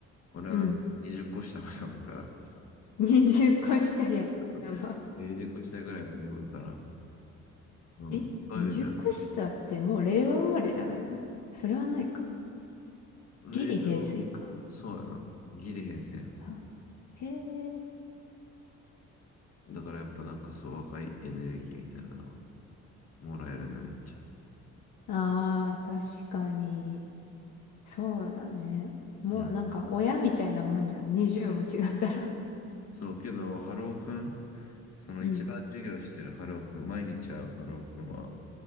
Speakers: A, on the left (about 55°); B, on the left (about 70°).
A: 俺はあの20個下までおるから、
B: うん。<laughs> 20個下や、
A: <laughs>
B: やば。
A: 20個下ぐらいまでおるから、うん、
B: え
A: そういう意味じゃ、
B: ?20 個下ってもう令和生まれじゃないのそれはないか。
A: 俺は、
B: ギリ平成か。
A: そうやな。ギリ平成やん。
B: あへえ。
A: だからやっぱなんかそう、若いエネルギーみたいなのはもらえるね、めっちゃ。
B: ああ、確かに。そうだね。もうなんか親みたいなもんじゃん。
A: うん
B: 20も違ったら。
A: そう、けど、ハローくん、その一番授業してるハローくん、
B: うん
A: 毎日会うハローくんは